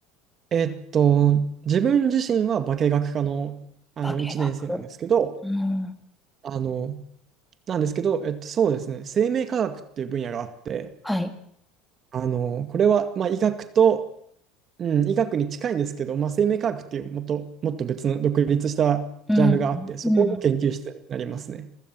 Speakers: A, on the right (about 40°); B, in the centre.
A: えっと、自分自身は化学科の、あの1年生なんですけど、
B: 化学。うん。
A: あの、なんですけど、えっと、そうですね、生命科学っていう分野があって、
B: はい。
A: あの、これは、まあ、医学と、うん、医学に近いんですけど、まあ、生命科学っていうもっと、もっと別の独立したジャンルがあって、
B: うん。
A: そこの研究室になりますね。
B: うん。